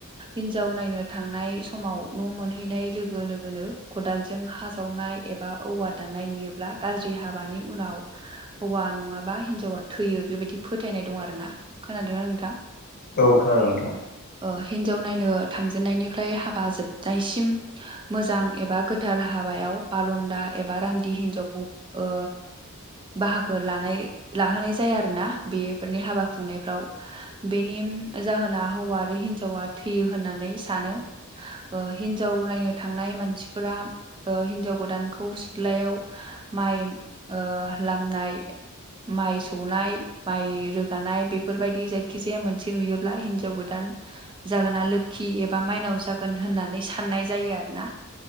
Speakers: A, on the right; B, on the left.
A: हिनजाव नायनो था थांनाय समाव न' मोनहैनाय लोगो लोगोनो खदालजों हा जावनाय एबा औवा दाननाय नुयो ब्ला गाज्रि हाबानि उनाव हौवा नङाबा हिनजावा थैयो बेबायदि फोथायनाय दं आरो ना खोनादोंना नोंथां?
B: औ खोनादों नोंथां।
A: ओ हिन्जाव नायनो थांजेननायनिफ्राय हाबा जोबनायसिम मोजां एबा गोथार हाबायाव बालन्दा एबा रान्दि हिन्जावखौ ओ बाहागो लानाय लाहोनाय जाया आरोना बेफोरनि हाबा खुंनायफ्राव। बेनि जाहोना हौवा आरो हिनजावा थैयो होननानै सानो। ओ हिन्जाव नायनो थांनाय मानसिफोरा ओ हिन्जाव गोदानखौ सिथ्लायाव माइ ओ लामनाय माइ सौनाय माइ रोगानाय बेफोरबायदि जायखिजाया मोनसे नुयोब्ला हिन्जाव गोदान जागोना लोखि एबा माइनाव जागोन होननानै साननाय जायो आरो ना।